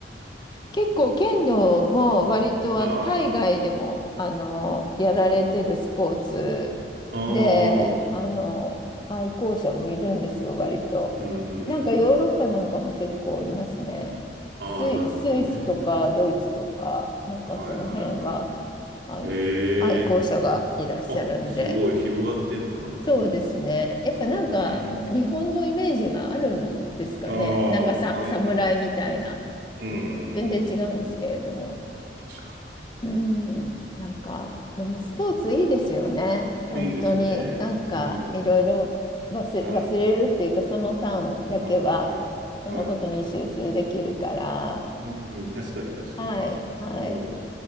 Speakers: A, on the left; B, on the right.
A: 結構剣道も割とあの海外でもあのやられてるスポーツであの愛好者もいるんですよ、
B: <laughs> ああ、うん。ああ、
A: 割と。
B: うん、うん、うん。
A: なんかヨーロッパなんかも結構いますね。
B: ああ、
A: スイ、
B: なるほどね。
A: スイスとかドイツとか、なんかその辺は、
B: はい、はい、はい、はい。
A: あい愛好者がいらっしゃるんで。
B: ええ、あ、すごい、広がってんだ。う
A: そうですね。やっぱなんか日本のイメージがあるんですかね。
B: ーん。ああ、
A: なんかさ、
B: はい、
A: 侍みたいな。
B: はい。うん
A: 全然違うんですけれども。
B: うんうん。確か
A: うん。なんか、でもスポーツいいですよね。
B: に。うん。
A: 本当に。
B: いいですよね。
A: なんかいろいろ忘れ、
B: うん。はい。
A: 忘れるっていうか、その間だけは、
B: はい。はい。
A: そのことに集中できるから。
B: はい。うん、うん。確かに、確かに。
A: はい、はい。
B: うん。